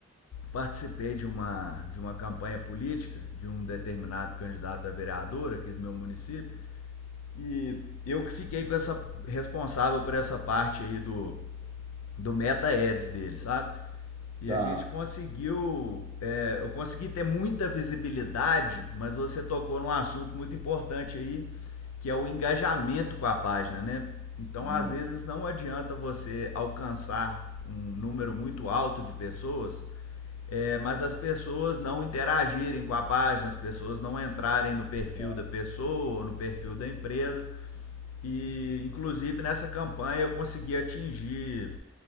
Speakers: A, on the left (about 80°); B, on the right (about 20°).
A: participei de uma, de uma campanha política de um determinado candidato a vereador aqui do meu município. E eu que fiquei com essa responsável por essa parte aí do, do meta ads dele, sabe? E
B: Tá,
A: a gente conseguiu, é, eu consegui ter muita visibilidade, mas você tocou num assunto muito importante aí, que é o engajamento com a página, né? Então,
B: isso,
A: às vezes não adianta você alcançar um número muito alto de pessoas, é, mas as pessoas não interagirem com a página, as pessoas não entrarem no perfil
B: tá,
A: da pessoa, no perfil da empresa. E, inclusive, nessa campanha eu consegui atingir